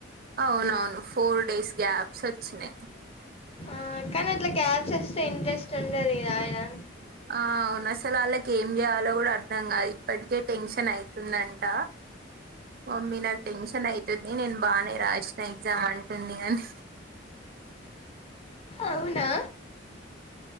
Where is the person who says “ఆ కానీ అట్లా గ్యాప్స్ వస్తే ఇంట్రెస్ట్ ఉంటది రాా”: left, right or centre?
Left